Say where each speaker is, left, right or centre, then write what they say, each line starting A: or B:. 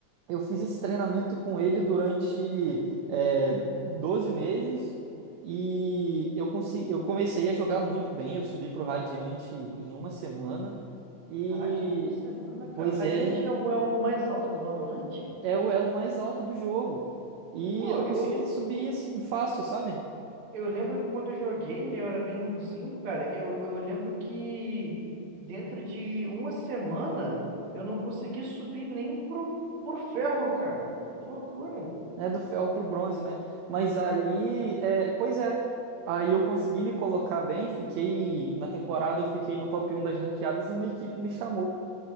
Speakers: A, on the right (about 75°); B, on the right (about 50°).
A: Eu fiz esse treinamento com ele durante é, 12 meses e eu, consegui, eu comecei a jogar muito bem. Eu subi para o Radiante em uma semana e,
B: Caraca, em uma semana, cara.
A: pois
B: O Radiant
A: é,
B: é o elo mais alto do Valorant?
A: é o elo mais alto do jogo. E
B: Pô,
A: eu consegui
B: eu,
A: subir assim fácil, sabe?
B: eu lembro que quando eu joguei, né, eu era bem ruinzinho, cara. Eu, eu lembro que dentro de uma semana eu não consegui subir nem pro, pro ferro, cara. Que loucura.
A: É do ferro para o bronze, né? Mas aí, é, pois é, aí eu consegui me colocar bem. Fiquei na temporada, eu fiquei no top um das ranqueadas e uma equipe me chamou.